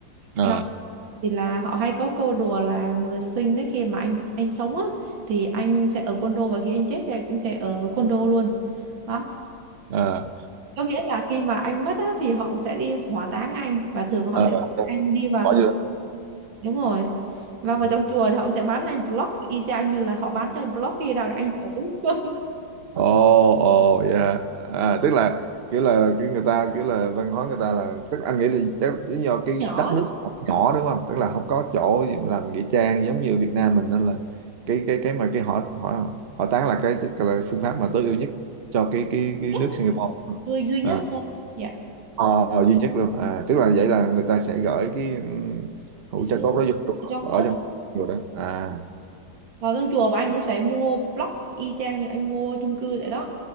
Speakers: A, on the right (about 45°); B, on the right (about 70°).
A: ờ
B: Đó thì là họ hay có câu đùa là người Sinh đấy khi mà anh anh sống á thì anh sẽ ở condo và khi anh chết thì anh cũng sẽ ở condo luôn. Đó,
A: ờ
B: có nghĩa là khi mà anh mất á, thì họ sẽ đi hỏa táng anh và thường họ
A: ờ
B: sẽ bắt anh đi vào
A: bỏ
B: trong chùa. đúng rồi vâng
A: vô.
B: vào trong chùa thì họ sẽ bán anh block y chang như là họ bán cho anh blog khi đang anh ở <laughs>
A: Ồ, ồ, dạ. À, tức là kiểu là kiểu người ta kiểu là văn hóa người ta là tức anh nghĩ là chắc lý do cái
B: nhỏ
A: đất nước họ nhỏ đúng không? Tức là không có chỗ gì mà làm nghĩa trang giống như Việt Nam mình nên là cái cái cái mà cái họ họ họ tán là cái chắc là phương pháp mà tối ưu nhất cho cái cái
B: duy
A: cái
B: nhất
A: nước Singapore.
B: duy duy nhất
A: À,
B: thôi dạ
A: ờ, ờ, duy nhất luôn. À, tức là vậy là người ta sẽ gửi cái um, hũ
B: cái xương
A: tro cốt đó vô
B: ở trong
A: chùa, ở
B: cốt
A: trong chùa đó. À,
B: vào trong chùa và anh cũng sẽ mua block y chang như anh mua chung cư vậy đó